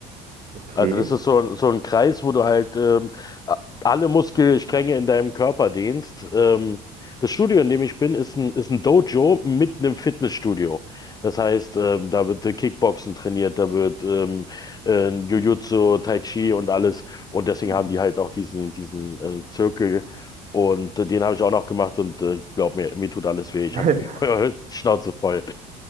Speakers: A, on the right; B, on the left.
A: okay.
B: Also das ist so, ein- so ein Kreis, wo du halt ähm, a- alle Muskelstränge in deinem Körper dehnst. Ähm, das Studio, in dem ich bin, ist ein, ist ein Dojo mitten im Fitnessstudio. Das heißt, ähm, da wird äh, Kickboxen trainiert, da wird ähm, äh, Jiu-Jitsu, Tai Chi und alles. Und deswegen
A: Hm.
B: haben die halt auch diesen, diesen äh, Zirkel. Und äh, den habe ich auch noch gemacht und äh, glaub mir, mir tut alles weh. Ich
A: <laughs>
B: habe <laughs> Schnauze voll.